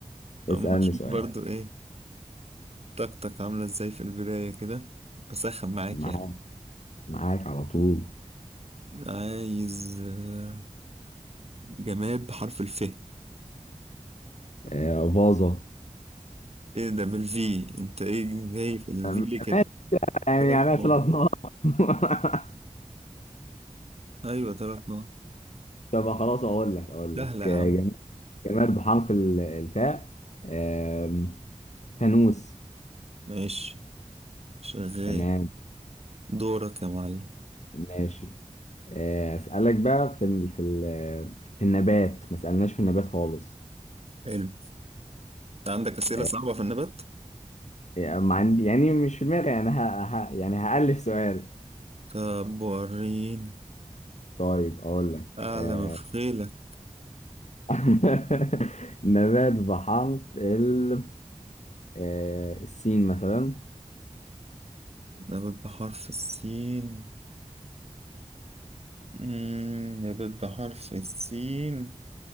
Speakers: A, on the left; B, on the right.
A: اسالني
B: اما اشوف
A: سؤال
B: برضو ايه طاقتك عامله ازاي في البدايه كده اسخن معاك
A: معاك
B: يعني
A: معاك على طول
B: عايز آه، جماد بحرف الف ايه
A: آه، باظة
B: ده بالفي انت ايه جاي في الفي
A: أم-
B: ليه كده
A: يعني
B: ثلاث
A: عليها
B: نقط
A: ثلاث نقط <laughs>
B: ايوه ثلاث نقط
A: طب خلاص اقول لك اقول
B: سهله
A: لك
B: يا
A: آه،
B: عم
A: جم- جماد بحرف ال- الفاء آم، فانوس
B: ماشي شغال
A: تمام
B: دورك يا معلم
A: ماشي آه، اسالك بقى في ال في ال في النبات ما سالناش في النبات خالص
B: حلو عندك اسئله
A: آه،
B: صعبه في النبات
A: يعني ما عندي يعني مش في دماغي يعني ه... ه... يعني هألف سؤال
B: طب وريني
A: طيب اقول لك
B: أعلى
A: آه،
B: بخيلك
A: <laughs> نبات بحرف ال آه، السين مثلا
B: نبات بحرف السين مم، نبات بحرف السين